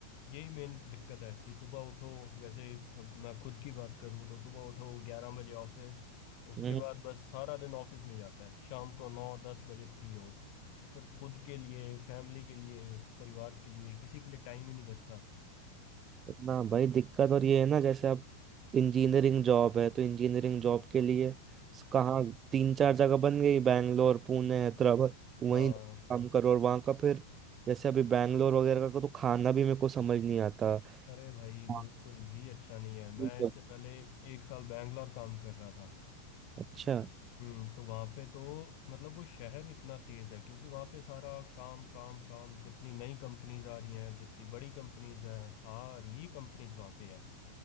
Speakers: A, on the left (about 45°); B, on the right (about 25°).
A: यही मेन दिक्कत है कि सुबह उठो जैसे अब मैं खुद की बात करूँ तो सुबह उठो ग्यारह बजे ऑफिस उसके
B: हम्म।
A: बाद बस सारा दिन ऑफिस में जाता है शाम को नौ दस बजे फ्री हो तो फिर खुद के लिए फैमिली के लिए परिवार के लिए किसी के लिए टाइम ही नहीं बचता
B: ना भाई दिक्कत और ये है ना जैसे अब इंजीनियरिंग जॉब है तो इंजीनियरिंग जॉब के लिए स- कहाँ तीन चार जगह बन गई बैंगलोर पुणे हैदराबाद वहीं
A: हाँ
B: काम करो और वहाँ का फिर जैसे अभी बैंगलोर वगैरह का तो खाना भी मेरे को समझ नहीं आता
A: अरे भाई
B: हाँ,
A: बिल्कुल भी अच्छा नहीं है मैं
B: बिल्कुल।
A: इससे पहले एक साल बैंगलोर काम कर रहा था
B: अच्छा
A: हम्म तो वहाँ पे तो मतलब वो शहर इतना तेज है क्योंकि वहाँ पे सारा काम काम काम जितनी नई कंपनीज आ रही हैं जितनी बड़ी कंपनीज हैं सारी कंपनीज वहाँ पे हैं